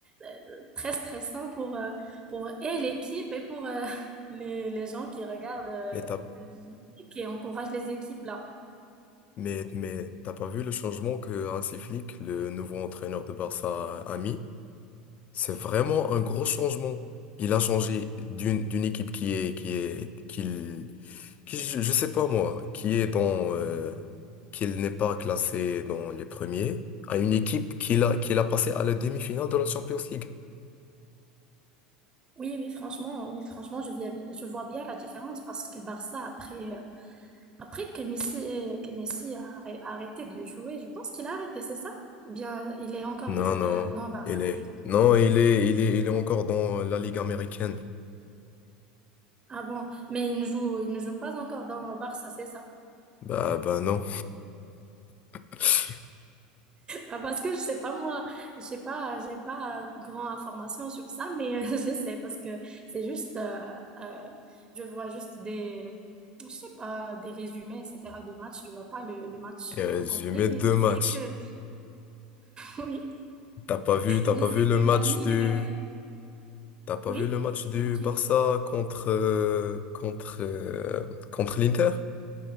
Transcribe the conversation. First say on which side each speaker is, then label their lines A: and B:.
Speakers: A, on the right; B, on the left.
A: euh, très stressant pour, euh, pour et l'équipe et pour euh, <laughs> les, les gens qui regardent, euh,
B: Mais t'as
A: qui encouragent les équipes là.
B: Mais, mais t'as pas vu le changement que Hansi Flick, le nouveau entraîneur de Barça, a mis? C'est vraiment un gros changement. Il a changé d'une d'une équipe qui est qui est qu'il qui je, je sais pas moi, qui est dans euh, qu'il n'est pas classé dans les premiers, à une équipe qu'il a qu'il a passé à la demi-finale de la Champions League.
A: Oui, oui, franchement, oui, franchement, je, vis- je vois bien la différence parce que Barça, après, euh, après que Messi, que Messi a arrê- a arrêté de jouer, je pense qu'il a arrêté, c'est ça? Ou bien il est encore
B: Non,
A: juste
B: non,
A: euh, dans Barça,
B: il est
A: c'est juste.
B: non, il est il est il est encore dans la Ligue américaine.
A: Ah bon, mais il ne joue, il ne joue pas encore dans Barça, c'est ça?
B: Bah bah non. <laughs>
A: Ah, parce que je sais pas moi, j'ai pas j'ai pas euh, grand information sur ça, mais euh, <laughs> je sais parce que c'est juste euh, euh, je vois juste des je sais pas des résumés etc. de matchs, je vois pas le, le match
B: Il
A: euh,
B: a résumé
A: tout complet,
B: deux
A: mais je sais
B: matchs.
A: que <laughs> oui,
B: T'as pas vu, t'as
A: je
B: pas
A: sais
B: vu
A: que
B: le match
A: la mine
B: du,
A: est
B: t'as pas
A: oui.
B: vu le match du
A: continue.
B: Barça contre euh, contre euh, contre l'Inter?